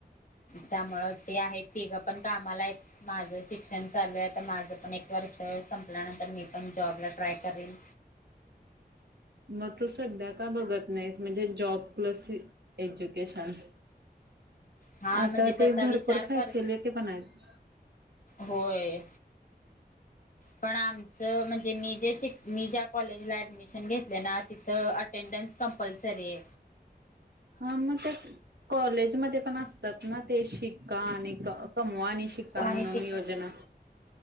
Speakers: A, on the left; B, on the right.
A: त्यामु ते आहेत तिघं पण कामाला आहे माझं शिक्षण चालू आहे तर माझं पण एक व संपल्यानंतर मी पण जॉबला ट्राय करेन
B: मग तू सध्या का बघत नाहीस म्हणजे जॉब प्लस एज्युकेशन
A: हा
B: आता
A: म्हणजे
B: ते
A: तसा
B: भरपूर
A: विचार
B: फॅसिलिटी
A: कर
B: पण आहेत
A: होय पण आमच म्हणे मी ज मी ज्या कॉलेज डमिशन घेतले ना तिथ अेंड कपसरी
B: अंऽमग कॉलेजमध्ये पण असतात ना, ते शिक्का आणि ऽकमऽ कमवा आनी शिक्का
A: आणि
B: मनून योजना.